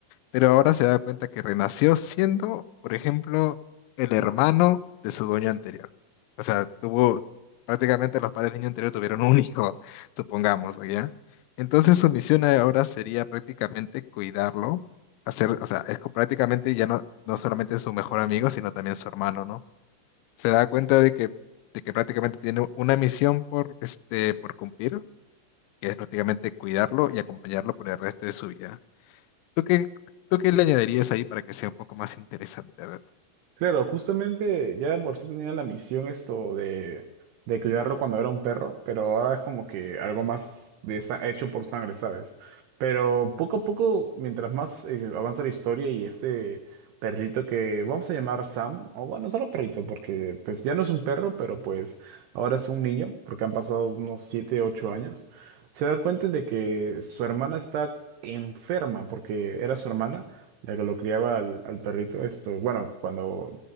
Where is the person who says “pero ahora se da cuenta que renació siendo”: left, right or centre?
Left